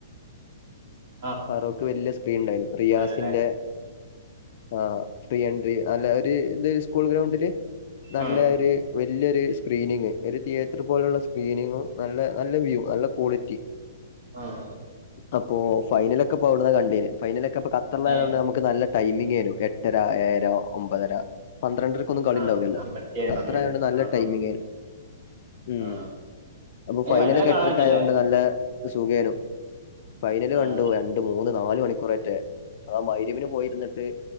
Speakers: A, on the right; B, on the left.
A: ആഹ്
B: ഫാറോക്ക് വലിയ സ്ക്രീൻ ഉണ്ടായിരുന്നു. റിയാസിന്റെ
A: അല്ലേ
B: ആ ഫ്രീ എൻട്രി നല്ല ഒരു ഇത് സ്കൂൾ ഗ്രൗണ്ടില്. നല്ല
A: ആ
B: ഒര് വലിയൊരു സ്ക്രീനിങ് ഒരു തിയേറ്റർ പോലുള്ള സ്ക്രീനിങ്ങും. നല്ല നല്ല വ്യൂ നല്ല ക്വാളിറ്റി.
A: ആഹ്
B: അപ്പോ ഫൈനലൊക്കെപ്പോഅവിടുന്ന കണ്ടീനി. ഫൈനലൊക്കെപ്പൊ കത്തറിലായതോണ്ട്
A: ഏ
B: നമ്മക്ക് നല്ല ടൈമിംഗേനു എട്ടര ഏഴര ഒമ്പതര പന്ത്രണ്ടര ക്കൊന്നും കളിണ്ടാവല്ല
A: ആ കാണാൻ പറ്റിയ
B: ഖത്തറായോണ്ട്
A: സമയമാണ്
B: നല്ല
A: ആ
B: ടൈമിങ്ങേനു ഉം
A: ആ
B: അപ്പൊ
A: ഏ
B: ഫൈനലൊക്കെ എട്ടരക്കായോണ്ട്
A: കാണാൻ പറ്റില്ലേ
B: നല്ല സുഗേനും ഫൈനല്
A: ആ
B: കണ്ടു രണ്ട് മൂന്ന് നാല്മണിക്കൂററ്റേ അതാ മയ്റിബിനു പോയിരുന്നിട്ട്